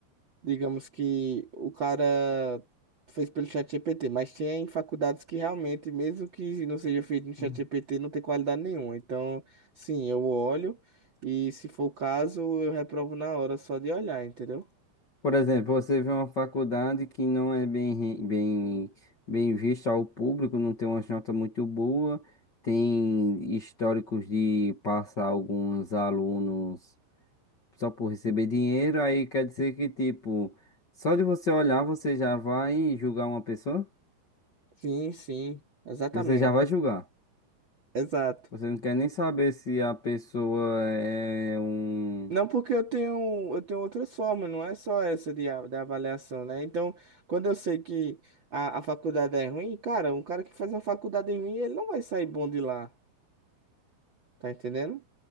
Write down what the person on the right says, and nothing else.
Digamos que o cara fez pelo ChatGPT, mas tem faculdades que realmente, mesmo que não seja feito no ChatGPT,
não tem qualidade nenhuma. Então, sim, eu olho e, se for o caso, eu reprovo na hora só de olhar, entendeu?
Sim, sim, exatamente.
Exato.
Não, porque eu tenho, eu tenho outras formas, não é só essa de, a- da avaliação, né? Então, quando eu sei que a, a faculdade é ruim, cara, um cara que faz uma faculdade ruim, ele não vai sair bom de lá, tá entendendo?